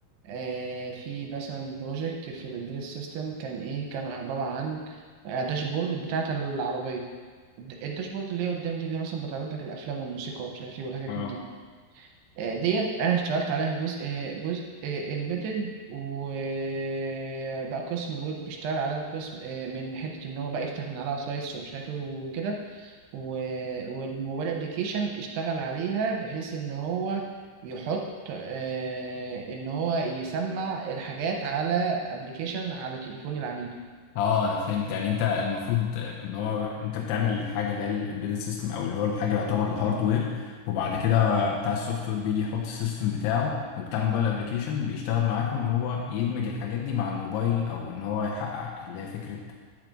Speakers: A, on the right; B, on the left.
A: آه، في مثلا بروجكت في الامبيدد سيستم كان ايه كان عبارة عن آه، داشبورد بتاعة العربية الد- الداشبورد اللي هي قدام دي اللي مثلا بتعرض لك الافلام والموسيقى ومش عارف ايه والحاجات
B: حاجه
A: من دي آه، ديت انا اشتغلت عليها جزء آه، جزء امبيدد وبقى قسم الويب بيشتغل عليها قسم آه، من حته ان هو بقى يفتح من عليها سايتس ومش عارف ايه وكده و- والموبايل ابلكيشن اشتغل عليها بحيث ان هو يحط آه، ان هو يسمع الحاجات على ابلكيشن على تليفون العميل
B: اه انا فهمت يعني انت المفروض ان هو انت بتعمل الحاجه اللي هي الامبيدد سيستم او اللي هو الحاجه اللي يعتبر الهاردوير وبعد كده بتاع السوفت وير بيجي يحط السيستم بتاعه وبتاع الموبايل ابلكيشن بيشتغل معاكم ان هو يدمج الحاجات دي مع الموبايل او ان هو يحقق اللي هي فكره